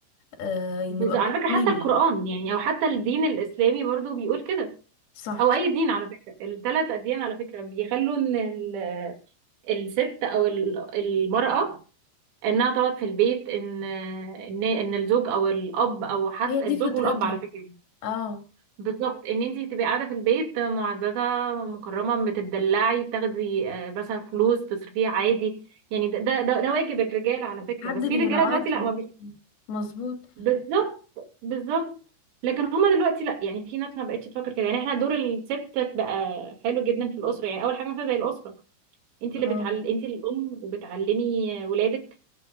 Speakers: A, on the left; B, on the right.
A: آه نبقى
B: بز- على
A: مخنوقين
B: فكره حتى القران
A: يعني
B: يعني او حتى الدين الاسلامي برضو بيقول كده
A: صح
B: او اي دين على فكره الثلاث اديان على فكره بيخلوا ان ال... الست او ال- المراه انها تقعد في البيت ان ان ان الزوج او الاب او حتى
A: هي دي
B: الزوج
A: فطرتها
B: والاب على فكره
A: اه
B: بالظبط ان انتي تبقي قاعده في البيت معززه مكرمه بتدلعي بتاخدي آه، مثلا فلوس تصرفيها عادي يعني ده ده ده, ده واجب الرجال على فكره
A: حد
B: بس في
A: بيرعاكي
B: رجاله دلوقتي لا ما بي...
A: مظبوط
B: بالظبط بالظبط لكن هما دلوقتي لا يعني في ناس ما بقتش تفكر كده يعني احنا دور الست بقى حلو جدا في الاسره يعني اول حاجه مثلا زي الاسره انت اللي
A: اه
B: بتعل... انت الام وبتعلمي ولادك